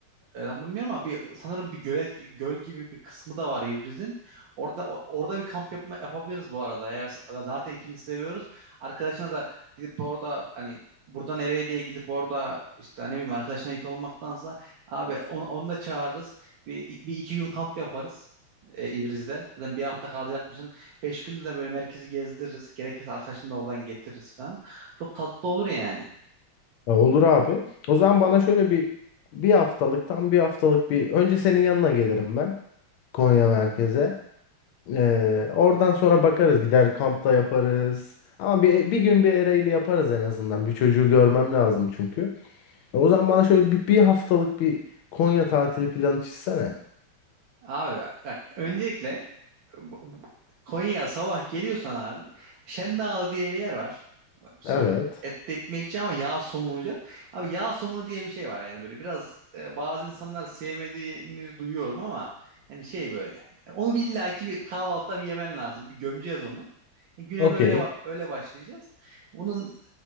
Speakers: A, on the right (about 70°); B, on the left (about 75°).
A: E, tam da bilmiyorum ama bir, sanırım bir gölet, göl gibi bir kısmı da var İvriz'in. Orada o- orada bir kamp yapma, yapabiliriz bu arada. Eğer zaten ikimiz seviyoruz. Arkadaşına da gidip orada hani burada nereye diye gidip orada işte ne bileyim arkadaşına yük olmaktansa abi onu, onu da çağırırız. Bir, bir iki gün kamp yaparız e, İvriz'de. Zaten bir hafta kalacakmışsın. Beş günde de böyle merkezi gezdiririz. Gerekirse arkadaşını da oradan getiririz falan. Çok tatlı olur yani.
B: E, Olur abi. O zaman bana şöyle bir bir haftalık tam bir haftalık bir önce senin yanına gelirim ben Konya merkeze. Ee, oradan sonra bakarız gider kampta yaparız. Ama bir, bir gün bir Ereğli yaparız en azından. Bir çocuğu görmem lazım çünkü. E, O zaman bana şöyle bir, bir haftalık bir Konya tatili planı çizsene.
A: Abi bak öncelikle bu- bu- Konya'ya sabah geliyorsan abi Şendağ diye bir yer var. Şey
B: Evet.
A: böyle etli ekmekçi ama yağ somunucu. Abi yağ somunu diye bir şey var yani böyle biraz e, bazı insanlar sevmediğini duyuyorum ama yani şey böyle. Onu bir illaki bir kahvaltıda bir yemen lazım. Bir gömeceğiz onu. E, Güne
B: Okey.
A: böyle ba- öyle başlayacağız. Bunun